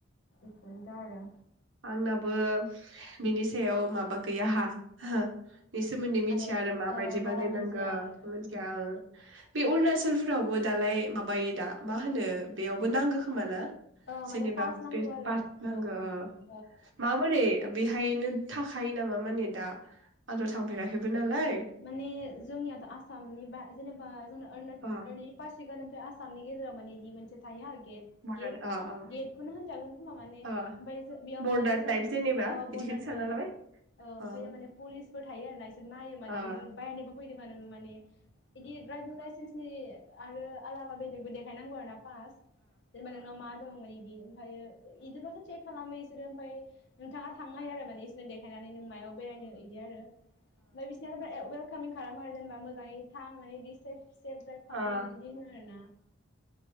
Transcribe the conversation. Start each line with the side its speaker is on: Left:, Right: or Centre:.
Left: गोन दाआरो।
Right: आंनाबो बिनि सायाव माबा गैया हा हो। बेनि सोमोन्दै मिथिया
Left: माने
Right: आरो माबायदि
Left: ओ
Right: बानायनांगौ
Left: बारा मिथिया आरो
Right: मिथियाख आं बे अरुणाचलफोरावबो दालाय माबायो दा मा होनो बेयावबो नांगौ खोमा ना।
Left: अ
Right: जेनेबा
Left: माने पास मगौ
Right: बे
Left: आरो
Right: पास नांगौ
Left: ओ।
Right: माबोरै बेहायनो थाखायो नामा माने दा आंथ' थांफेराखैबो नालाय
Left: माने जोंनियाथ' आसामनि बा जेनेबा जोंना ओरना
Right: अ
Left: नि पासिगारनिफ्राय आसाम सामनि गेजेरा माने इदि मोनसे थायो हा गेट
Right: बरदार
Left: गेट
Right: अ अ
Left: गेटखौनो होनजागोन खोमा माने
Right: अ
Left: ओमफाय जो बेयाव माने
Right: बरदार
Left: जोंना
Right: टाइप जेनेबा
Left: औ
Right: बिदिखौनो
Left: बरदार
Right: सानना
Left: औ ओ
Right: लाबाय
Left: ओमफायो
Right: अ
Left: माने पुलिसफोर थायो आरोना इसोर नायो माने
Right: अ
Left: नों बायनोबो फैदो नों माने इदि द्राइभिं लाइसेन्सनि आरो आलाबा बेलेगबो देखायनांगौ आरो ना पास जेनेबा नोंनाव मा दं इदि। आमफायो इदिल'सो सेग खालामो इस बिसोरो ओमफाय नोंथाङा थांनो हाया आरो मानि नो देखायनानै नो नों मायाव बेरायनो इदि आरो आमफाय बिस <unintelligible> वेलकामिं खालामो आरो जेनेबा मोजाङै थां माने बि सेफ सेभ द्राइभ खालाम
Right: आं
Left: बिबायदि होनो आरोना